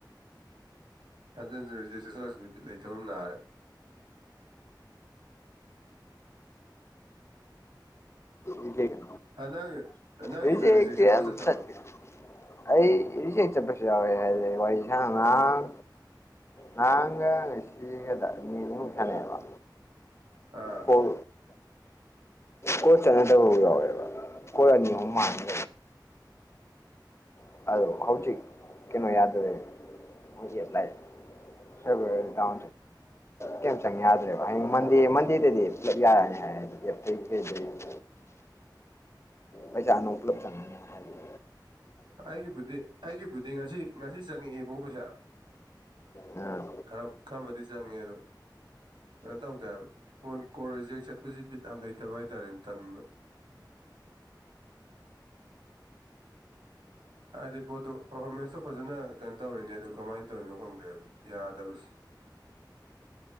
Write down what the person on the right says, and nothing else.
ꯍꯥꯟꯖꯤꯟ ꯍꯥꯟꯖꯤꯟ ꯔꯦꯖꯤꯠ ꯆꯠꯁꯤꯜꯂꯛꯄꯁꯤꯗ ꯕꯤꯠ ꯂꯩꯇꯕꯅ ꯅꯥꯔꯦ
ꯑꯗ ꯅꯪ ꯅꯪꯒꯤꯅ
ꯔꯤꯖꯦꯛ ꯆꯠꯄ꯭ꯔꯥ ꯆꯠꯇꯕ꯭ꯔꯣ
ꯑꯥ
<unintelligible>
<unintelligible>
ꯑꯩꯒꯤꯕꯨꯗꯤ ꯑꯩꯒꯤꯕꯨꯗꯤ ꯉꯁꯤ ꯉꯁꯤ ꯆꯪꯉꯛꯌꯦꯕꯒꯣ ꯄꯩꯁꯥ
ꯈꯔ ꯈꯔꯃꯗꯤ ꯆꯪꯉꯦ ꯑꯗꯣ ꯀꯩꯅꯣ ꯇꯧꯗꯦ ꯍꯥꯢꯕ ꯀꯣꯟ ꯔꯤꯖꯦꯠ ꯆꯠꯄꯁꯤ ꯕꯤꯠ ꯌꯥꯝ ꯂꯩꯇꯦꯕ ꯍꯥꯏꯇꯥꯔꯦꯅꯦ ꯇꯟꯕ ꯍꯥꯏꯗꯤ ꯄꯣꯠꯇꯣ ꯄꯔꯐꯣꯔꯃꯦꯟꯁꯇꯣ ꯐꯖꯅ ꯀꯩꯅꯣ ꯇꯧꯔꯤꯅꯦ ꯑꯗꯨ ꯀꯃꯥꯏꯅ ꯇꯧꯔꯤꯅꯣ ꯈꯪꯗꯦꯕ ꯌꯥꯗꯕꯁꯤ